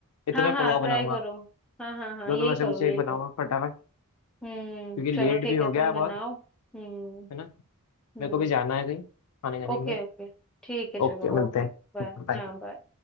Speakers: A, on the left; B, in the centre.
A: ये
B: हाँ
A: तो मैं
B: हाँ
A: पुलाव
B: ट्राई
A: बनाऊंगा
B: करो हाँ हाँ हाँ
A: दोनों
B: यही
A: में
B: करो
A: से कुछ
B: यही
A: एक बनाऊंगा
B: करो
A: फटाफट
B: हम्म
A: क्योंकि लेट
B: चलो ठीक
A: भी हो
B: है
A: गया
B: तुम
A: है
B: बनाओ
A: बहुत
B: हम्म
A: है ना
B: हम्म
A: मेरे को भी जाना है कहीं खाने खाने
B: Okay
A: के लिए
B: okay ठीक है चलो
A: ओके मिलते
B: ओके
A: हैं
B: बाय
A: बाय
B: हाँ बाय